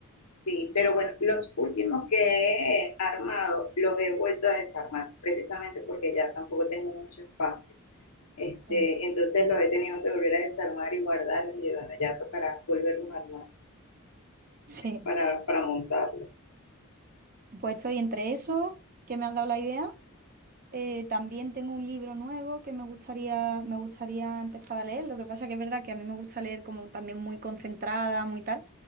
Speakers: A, on the left; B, on the right.
A: sí, pero bueno, los últimos que he armado los he vuelto a desarmar, precisamente porque ya tampoco tengo mucho espacio. Este,
B: Sí.
A: entonces los he tenido que volver a desarmar y guardarlos y bueno, ya tocará volverlos a armar
B: Sí.
A: para, para montarlos.
B: Pues estoy entre eso, que me has dado la idea. Eh, también tengo un libro nuevo que me gustaría, me gustaría empezar a leer. Lo que pasa que es verdad que a mí me gusta leer como también muy concentrada, muy tal,